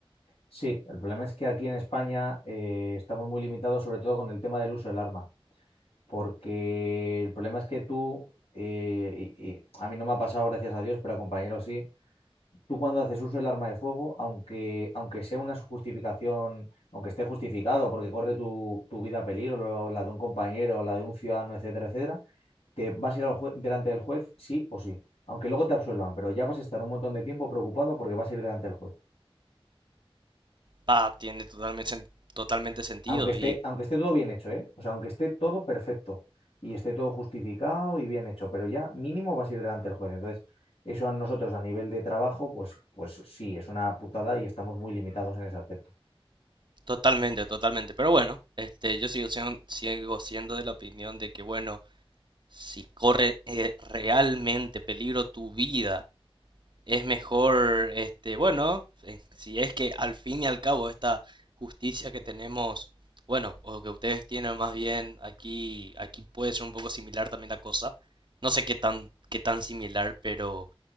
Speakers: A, on the left; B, on the right.
A: Sí, el problema es que aquí en España eh, estamos muy limitados, sobre todo con el tema del uso del arma, porque el problema es que tú, eh, y- y a mí no me ha pasado, gracias a Dios, pero a compañeros sí, tú cuando haces uso del arma de fuego, aunque, aunque sea una justificación, aunque esté justificado, porque corre tu, tu vida a peligro, la de un compañero, la de un ciudadano, etcétera, etcétera, te vas a ir al jue- delante del juez, sí o sí, aunque luego te absuelvan, pero ya vas a estar un montón de tiempo preocupado porque vas a ir delante del juez.
B: Ah, tiene totalmente, sen- totalmente sentido
A: Aunque esté,
B: y
A: aunque esté todo bien hecho, ¿eh? O sea, aunque esté todo perfecto y esté todo justificado y bien hecho, pero ya mínimo vas a ir delante del juez. Entonces, eso a nosotros a nivel de trabajo, pues, pues sí, es una putada y estamos muy limitados en ese aspecto.
B: totalmente, totalmente. Pero bueno, este, yo sigo, sien- sigo siendo de la opinión de que, bueno, si corre eh, realmente peligro tu vida, es mejor, este, bueno, eh, si es que al fin y al cabo esta justicia que tenemos, bueno, o que ustedes tienen más bien aquí, aquí puede ser un poco similar también la cosa. No sé qué tan, qué tan similar, pero